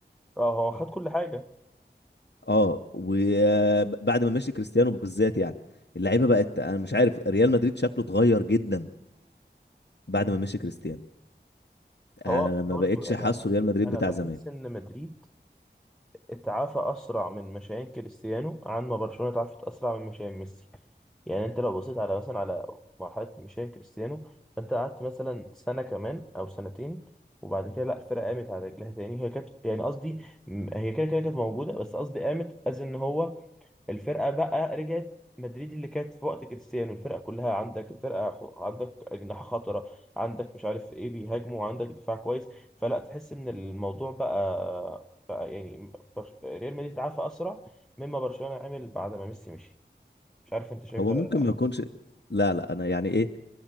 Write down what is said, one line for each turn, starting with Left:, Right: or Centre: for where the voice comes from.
Centre: اه هو خد كل حاجه
Left: اه وبعد ما مشي كريستيانو بالذات يعني اللعيبة بقت انا مش عارف ريال مدريد شكله اتغير جدا بعد
Centre: مم.
Left: ما مشي كريستيانو
Centre: هو
Left: انا ما
Centre: برضو
Left: بقتش
Centre: انا
Left: حاسه ريال مدريد
Centre: انا
Left: بتاع
Centre: بحس
Left: زمان
Centre: ان مدريد اتعافى أسرع من مشيان كريستيانو عن ما برشلونة اتعافت أسرع من مشيان ميسي يعني أنت لو بصيت على مثلا على مرحلة مشيان كريستيانو فأنت قعدت مثلا سنة كمان أو سنتين وبعد كده لا الفرقة قامت على رجلها تاني هي كانت يعني قصدي م- هي كده كده كانت موجودة بس قصدي قامت أز إن هو الفرقه بقى رجعت مدريد اللي كانت في وقت كريستيانو الفرقه كلها عندك الفرقه خ- عندك اجنحه خطره عندك مش عارف ايه بيهاجموا عندك دفاع كويس فلا تحس ان الموضوع بقى بقى يعني برش... ريال مدريد اتعافى اسرع مما برشلونه عمل بعد ما ميسي مشي مش عارف انت شايف
Left: هو
Centre: ده ولا
Left: ممكن
Centre: لا
Left: ما
Centre: يعني
Left: يكونش لا لا انا يعني ايه